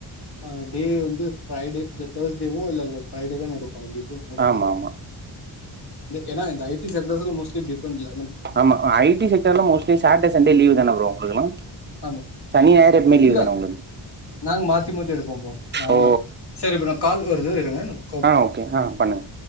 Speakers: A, on the left; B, on the right.
A: ஆ டே வந்து ஃபிரை டே இந்த தேர்ஸ்டேவு இல்ல ஃபிரைடே தா நடி அதுதா மோஸ்ட்லி
B: ஆமா ஆமா
A: ஏன்னா இந்த ஐடி சக்ரஸ்ல மோஸ்ட்லி டிப்பண்ல
B: ஆமா ஐடி செக்டர்ல மோஸ்ட்லி சாட்டேஸ் சண்டே லீவு தான ப்ரோ உங்களுக்குல்லா
A: ஆமா
B: சனி ஞாயிறு எப்பவுமே லீவ்
A: இல்ல
B: தானே உங்களுக்கு
A: நாங்க மாத்தி மாத்தி எடுப்போ ப்ரோ நாங்களு
B: ஓ
A: அப் செரி ப்ரோ கால் வருது இருங்கநா
B: ஆ ஓகே ஆ பண்ணுங்க